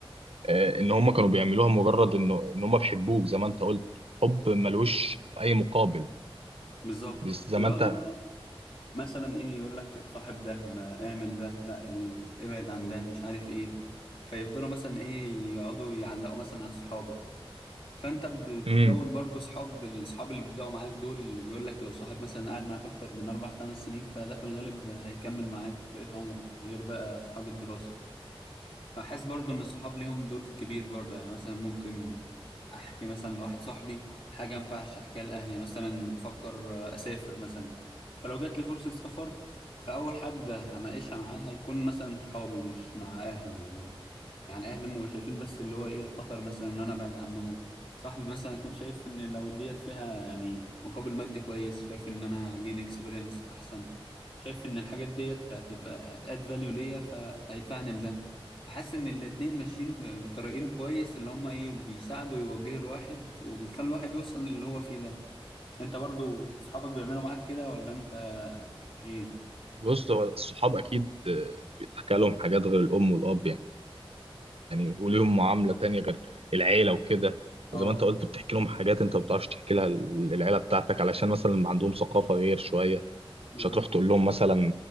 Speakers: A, on the right (about 85°); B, on the left (about 65°).
A: آه، ان هم كانوا بيعملوها مجرد انه ان هم بيحبوك زي ما انت قلت حب ملوش اي مقابل
B: بالظبط
A: بس
B: ويقعدوا
A: زي ما انت
B: بقى مثلا ايه يقول لك صاحب ده ما اعمل ده لا ال... ابعد عن ده مش عارف ايه فيفضلوا مثلا ايه يقعدوا يعلقوا مثلا على صحابك فانت ب- بتكون
A: امم
B: برضو صحاب الصحاب اللي بيبداوا معاك دول اللي بيقول لك لو صاحب مثلا قاعد معاك اكتر من اربع خمس سنين فده في الغالب هيكمل معاك بقية عمرك غير بقى اصحاب الدراسة فحاسس برضو ان الصحاب ليهم دور كبير برضو يعني مثلا ممكن احكي مثلا لواحد صاحبي حاجه ما ينفعش احكيها لاهلي مثلا بفكر آه، اسافر مثلا فلو جات لي فرصه سفر فاول حد هناقشها معاه هيكون مثلا صحابي مش مع اهلي يعني يعني اهلي هم شايفين بس اللي هو ايه الخطر مثلا ان انا ابعد عنهم صاحبي مثلا يكون شايف ان لو ديت فيها يعني مقابل مادي كويس شايف ان انا هجين اكسبيرينس احسن شايف ان الحاجات ديت هتبقى هتاد فاليو ليا فهيدفعني لده حاسس ان الاتنين ماشيين ب- بطريقين كويس اللي هما ايه بيساعدوا يوجهوا الواحد وبيخلوا الواحد يوصل للي هو فيه ده انت برضو اصحابك بيعملوا معاك كده ولا انت ايه
A: بص هو الصحاب اكيد آه، بيتحكى لهم حاجات غير الام والاب يعني يعني وليهم معامله تانية غير العيله وكده
B: اه
A: وزي ما انت قلت بتحكي لهم حاجات انت ما بتعرفش تحكي لها العيله بتاعتك علشان مثلا عندهم ثقافه غير شويه
B: بالظبط
A: مش هتروح تقول لهم مثلا